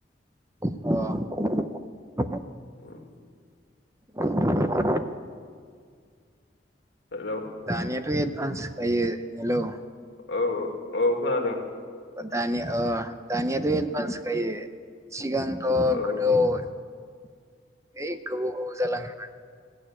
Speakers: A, on the right; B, on the left.
A: अ
B: <unintelligible>
A: <unintelligible>
B: हेलौ
A: दानियाथ' एडभान्स जायो हेलौ
B: औ औ औ खोनादों।
A: दानिया अ दानियाथ एक मास गायो। सिगांथ'
B: औ
A: गोदौ ऐ गोबाव गोबाव जालाङोमोन।